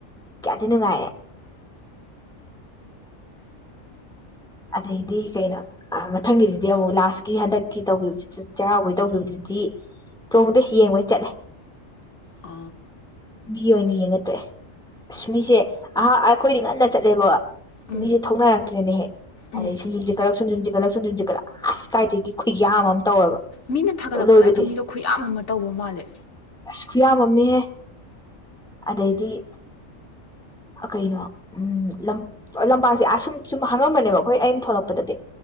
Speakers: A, in the centre; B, on the left.
A: ꯀꯌꯥꯗ ꯅꯨꯉꯥꯏꯔꯦ ꯑꯗꯩꯗꯤ ꯀꯩꯅꯣ ꯃꯊꯪꯒꯤꯗꯨꯗꯤ ꯑꯃꯨꯛ ꯂꯥꯁꯀꯤ ꯍꯟꯗꯛꯀꯤ ꯇꯧꯈꯤꯕ ꯆꯩꯔꯥꯎꯕꯒꯤ ꯇꯧꯈꯤꯕꯗꯨꯗꯤ ꯆꯣꯡꯕꯗ ꯌꯦꯡꯕꯣꯏ ꯆꯠꯂꯦ
B: ꯑ
A: ꯃꯤ ꯑꯣꯏꯅ ꯌꯦꯡꯉ ꯇꯦ ꯑꯁ ꯃꯤꯁꯦꯍꯥꯛ ꯑꯩꯈꯣꯏꯗꯤ ꯉꯟꯅ ꯆꯠꯂꯦꯕ
B: ꯎꯝ
A: ꯃꯤꯁꯦ ꯊꯣꯛꯅꯔꯛꯇ꯭ꯔꯦꯅꯦꯍꯦꯛ
B: ꯎꯝ
A: ꯑꯗꯩ ꯁꯨꯝ <unintelligible> ꯁꯨꯝꯖꯨꯝꯟꯦꯒꯠꯂꯛ ꯁꯨꯝꯟꯖꯒꯠꯂ ꯀꯥꯏꯗꯒꯤ ꯈꯨ ꯌꯥꯝ ꯑꯃ ꯇꯧꯔꯕ
B: ꯃꯤꯅ ꯊꯥꯒꯠꯂꯛꯄꯗ
A: ꯂꯣꯏꯕꯗꯤ
B: ꯍꯦꯛꯇ ꯃꯤꯗꯣ ꯈꯨꯌꯥꯝ ꯑꯃ ꯇꯧꯕ ꯃꯥꯜꯂꯦ
A: ꯁꯨ ꯌꯥꯝꯃꯝꯅꯦꯍꯦ ꯑꯗꯩꯗꯤ ꯀꯩꯅꯣ ꯎꯝ ꯂꯝ ꯂꯝꯄꯥꯛꯁꯦ ꯑꯁꯨꯝ ꯁꯨꯝ ꯍ ꯈꯪꯉꯝꯕꯅꯦꯕ ꯑꯩꯈꯣꯏ ꯑꯩꯅ ꯊꯣꯛꯂꯛꯄꯗꯗꯤ